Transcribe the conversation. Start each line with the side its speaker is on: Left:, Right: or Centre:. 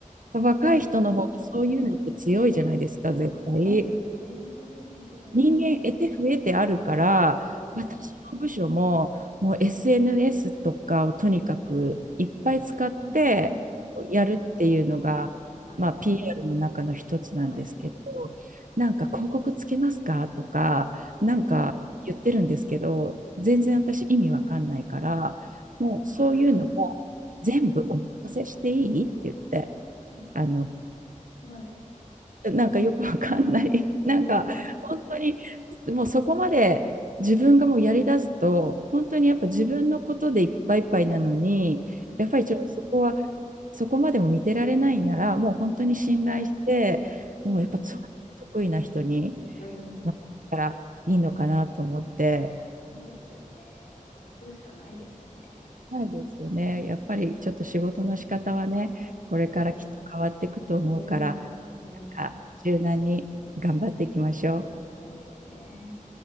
Right: 若い人の方がそういうのって強いじゃないですか、
Left: でも、はい。そうなんですよね。
Right: 絶対。
Left: やっぱり。
Right: 人間得て増えてあるから私の部署ももう
Left: うん。
Right: SNS とかをとにかくいっぱい使ってやるっていうのが、
Left: うん。はい。
Right: まあ、PR の中の一つなんですけど
Left: はい。
Right: なんか広告つけますかとかなんか言ってるんですけど全然私意味わかんないからもうそういうのも全部お任せしていいって言って。
Left: うん。ああ、はい。<laughs> うん
Right: あの
Left: はい。
Right: なんかよくわかんない。
Left: うん。
Right: <laughs> なんか本当にもうそこまで自分がもうやりだすと本当にやっぱ自分のことでいっぱいいっぱいなのにやっぱりちょっとそこは
Left: はい。
Right: そこまでも見てられないならもう本当に信頼してもうやっぱそうやって得意な人に
Left: はい。うん。うん。
Right: 回ったらいいのかなと思って。
Left: いや、そうですよね。そうするしかないですよね。
Right: ないですよね。やっぱりちょっと仕事の仕方はね、これからきっと変わっていくと思うから、
Left: うん。うん。うん。
Right: なんか柔軟に頑張っていきましょう。
Left: そうですね。